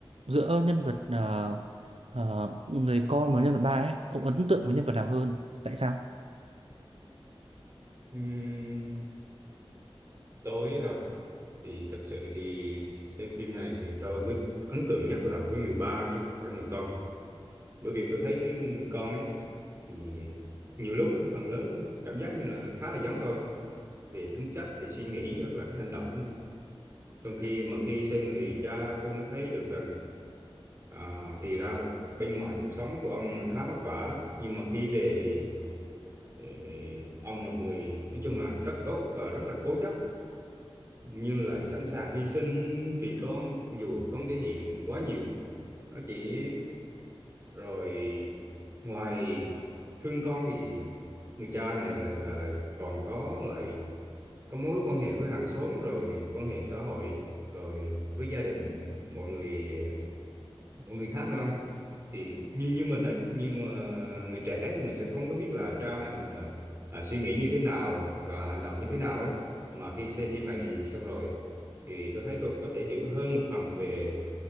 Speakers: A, on the right (about 85°); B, on the right (about 30°).
A: giữa nhân vật ờ, ờ, người con và nhân vật ba ấy ông ấn tượng với nhân vật nào hơn tại sao
B: Ừm, tôi à, thì thật sự thì xem phim này thì tôi mới ấn tượng nhất là với người ba chứ không phải người con bởi vì tôi thấy cái người con ấy thì nhiều lúc ấy, phần lớn cảm giác như là khá là giống tôi về tính cách về suy nghĩ hoặc là cái hành động ấy. trong khi mà khi xem người cha tôi mới thấy được rằng à, thì ra là bên ngoài cuộc sống của ông khá vất vả nhưng mà khi về thì ờ, ông là một người nói chung là rất là tốt và rất là cố chấp nhưng lại sẵn sàng hy sinh vì con dù không thể hiện quá nhiều nó chỉ rồi ngoài thương con thì người cha này lại là, lại còn có lại có mối quan hệ với hàng xóm rồi quan hệ xã hội rồi với gia đình nữa, mọi người mọi người khác nữa không thì như như mình ấy như mà người trẻ thì mình sẽ không có biết là cha mẹ mình là, là suy nghĩ như thế nào hoặc là hành động như thế nào ấy mà khi xem phim này xong rồi ấy, thì tôi thấy tôi có thể hiểu hơn một phần về